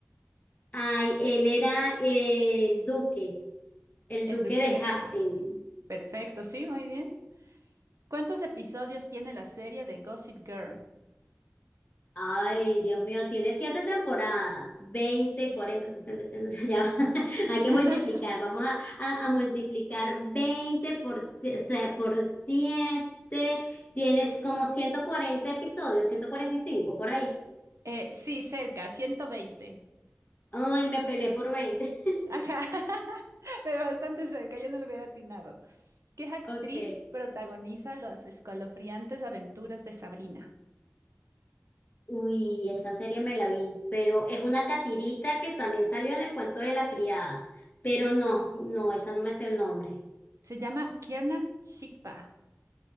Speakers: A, on the left (about 30°); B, on the right (about 80°).
A: Ay, él era eh, el duque, el
B: El
A: duque
B: Duque
A: de
B: de
A: Hastings.
B: Hastings. Perfecto, sí, muy bien. ¿Cuántos episodios tiene la serie de Gossip Girl?
A: Ay, Dios mío, tiene siete temporadas, 20,
B: Ujú.
A: 40, 60, 80, <laughs> ya va. Hay que
B: <laughs>
A: multiplicar, vamos a, a- a multiplicar 20 por, si- se- por 7, tienes como 140 episodios, 145 por ahí.
B: Eh, sí, cerca, 120.
A: Ay, me peleé por 20.
B: Ajá, <laughs> pero bastante cerca, yo no lo hubiera atinado. ¿Qué actriz
A: Ok,
B: protagoniza las escalofriantes aventuras de Sabrina?
A: uy, esa serie me la vi, pero es una catirita que también salió en el cuento de la criada, pero no, no, esa no me es el nombre.
B: Se llama Kiernan Shipka.